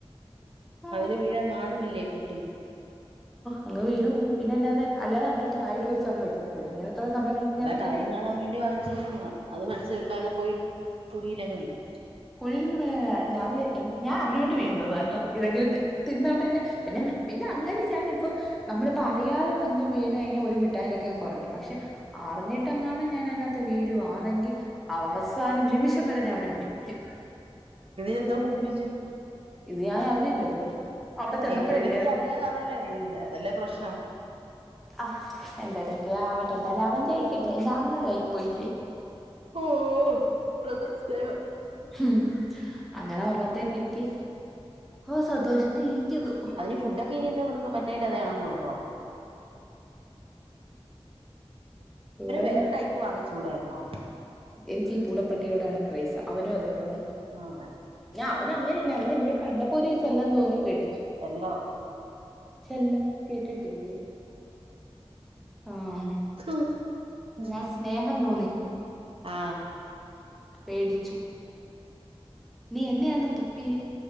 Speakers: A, in the centre; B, on the right.
A: ഹാ
B: അതിന് വീഴാൻ നാണമില്ലേ കുട്ടി
A: അങ് വീണു പോവും പിന്നല്ലാതെ. അല്ലതെ അവന്റെടുത്ത് വായിട്ട് ചോദിച്ച അവൻ വെടിച്ചേരുത്തില്ല ഇങ്ങനെത്തുള്ള സമയം
B: അതാ
A: ഞാൻ തിന്നട്ടെ
B: കാര്യം കാണാൻ വേണ്ടി വാങ്ങിച്ചരുന്നതാ അത് മനസ്സിലാക്കാതെ പോയി കുഴിയിലങ്ങ് വീഴും
A: കുഴിൽ ഒന്നും വിഴനേ അല്ല ഞാൻ അറിഞ്ഞൊണ്ട് വിഴുനാതാ കേട്ടോ ഇതെങ്കിലും തിന്നോട്ടെ പിന്നെ പിന്നെ അങ്ങനെ ഞാനിപ്പോ നമ്മളിപ്പോ അറിയാതെ വന്ന് വീണ കഴിഞ്ഞാ ഒരു മി ട്ടായിലോക്കെ അങ്ങ കെറയ്ക്കും പക്ഷേ അറിഞ്ഞിട്ടങ്ങാണം ഞാൻ ത്ത് വീഴുവാന്നെങ്കിൽ അവസാന നിമിഷം വരെ ഞാൻ അവനെ മുടിപ്പിക്കും
B: ഇതിനെന്തോ മുടിപ്പിച്ച്
A: ഇത് ഞാൻ അറിഞ്ഞില്ലല്ലോ അവിടെ ചെന്നപ്പോഴല്ലേ
B: എപ്പോഴും നീ
A: അറിഞ്ഞേ
B: അറിയാതെ അതല്ലേ വീഴുന്നെ അതല്ലേ പ്രശ്നം
A: ആഹ് എന്തരൊക്കെ ആവ എന്തല്ലാവൻ ജയിക്കട്ടെ എന്റെ ആങ്ങള ആയിപ്പോയില്ലേ
B: ഓഹ് ബ്രദർസ്നേഹം
A: ഉം അങ്ങനെ ഒരണ്ണത്തെ കിട്ടി ഓ സന്തോഷത്തി ഇരിക്കുന്നു
B: അതിന് ഫുഡ്‌ ഒക്കെ ഇനി എന്ത് കൊടുക്കും മറ്റേന്റെ അതാണക്ക് കൊടുക്കുവോ
A: ഇവിടെ
B: വേറെ ടൈപ്പ് വാങ്ങിച്ചൂടായിരുന്നോ
A: എനിക്ക് ഈ പൂടപ്പട്ടിയോടാണ് ക്രസ് അവനും അതേപോലാ
B: ആഹ്
A: അവൻ അങ്ങനെയില്ല അവൻ ഇതിനെ കണ്ടപ്പോ ഒരു ചെല്ലം തോന്നി വേടിച്ചു
B: ചെല്ലോ
A: ചെല്ലം കേട്ടിട്ടില്ലേ ആഹ്
B: തു
A: എന്നാൽ
B: ഉം
A: സ്നേഹം തോന്നി
B: ആ
A: പേടിച്ചു നീ എന്നെന്നെയയന്ന തുപ്പിയേ